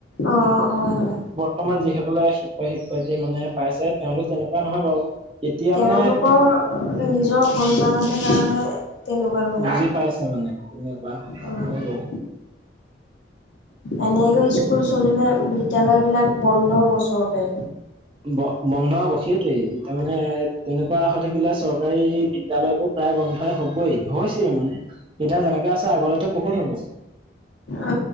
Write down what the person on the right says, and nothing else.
ৰ্তমান যিসকলে শিক্ষয়ক শিক্ষয়িত্ৰী মানে পাইছে তেওঁলোক তেনেকুৱা নহয় বাৰু এতিয়া
মানে
বুজি পাইছা মানে তেনেকুৱা
হয় বাও
ব বন্ধ হ'ব সেইটোয়েই তাৰ মানে তেনেকুৱা হৈ থাকিলে চৰকাৰী বিদ্যালয়বোৰ প্ৰায় বন্ধ। এফালে হবই হৈছে মানে এতিয়া যেনেকে আছে আগলেতো বহুত হ'ব।